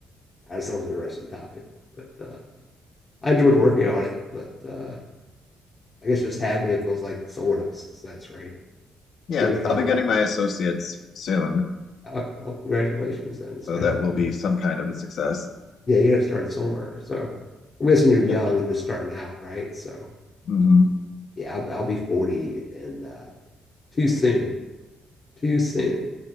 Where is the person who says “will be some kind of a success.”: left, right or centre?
Left